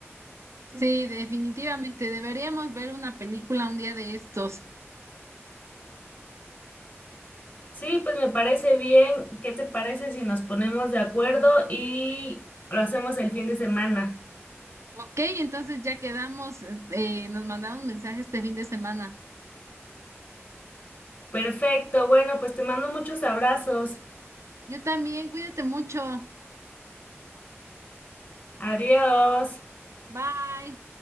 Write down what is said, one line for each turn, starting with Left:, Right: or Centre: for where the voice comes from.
Right: Sí, definitivamente deberíamos ver una película un día de estos.
Left: Sí, pues me parece bien. ¿Qué te parece si nos ponemos de acuerdo y lo hacemos el fin de semana?
Right: Ok, entonces ya quedamos, eh, nos mandamos mensajes este fin de semana.
Left: Perfecto. Bueno, pues te mando muchos abrazos.
Right: Yo también, cuídate mucho.
Left: Adiós.
Right: Bye.